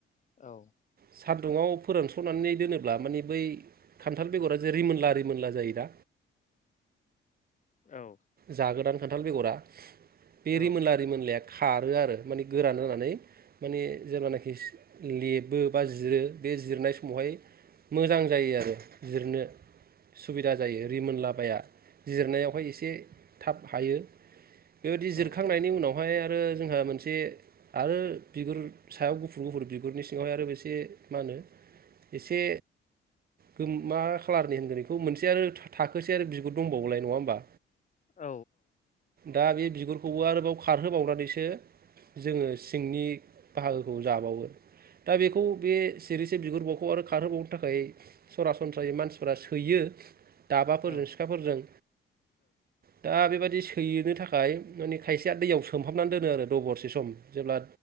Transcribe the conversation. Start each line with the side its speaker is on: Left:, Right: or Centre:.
Left: औ
Right: सान्दुुंआव फोरानसनानै दोनोब्ला माने बै खान्थाल बेगरा रिमोनला रिमोनला जायो दा
Left: औ
Right: जागोदान खान्थाल बेगरा बेे
Left: औ
Right: रिमोनला रिमोनला खारो आरो माने गोरान जानानै माने जेब्लानाखि लेबो बा जिरो बे जिरनाय समावहाय मोजां जायो आरो जिरनो सुबिदा जायो रिमोनला बाया जिरनायाव फाय एसे थाब हायो बेबायदि जिरखांनायनि
Left: औ
Right: उनाव बेवहाय आरो जोंहा मोनसे आरो बिगुर सायाव गुफुर गुफुर बिगुरनि सिङावहाय आरो एसे मा होनो एसे गोम मा खालारनि होनगोन बेखौ मोनसे आरो थाखोसे आरो बिगुर दंबावोलाय नङा होमबा
Left: औ
Right: दा बे बिगुर खौ आरोबाव खारहोबावनानैसो जोङो सिंनि बाहागोखौ जाबावो दा बेखौ बे सेरैसे बिगुरबाव खौ आरो खारहोबावनो थाखाय सरासनस्रायै मानसिफ्रा सोयो। दाबाफोरजों
Left: औ
Right: सिखाफोरजों। दा बेबायाददि सैयनो थाखाय माने खायसेया दैयाव सोमहाबनानै दोनो आरो दबरसे सम। जेब्ला